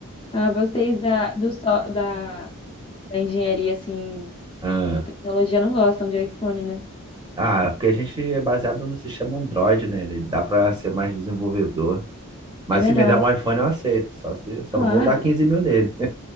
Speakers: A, on the left; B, on the right.
A: Ah, vocês da, do, só- da, da engenharia, assim.
B: Ah.
A: Da tecnologia não gostam de iPhone, né?
B: Ah, porque a gente é baseado no sistema Android, né? Ele dá pra ser mais desenvolvedor. Mas
A: É melhor,
B: se me der um
A: né?
B: iPhone,
A: <laughs>
B: eu aceito. Só se, só
A: Claro.
B: não vou dar 15 mil nele.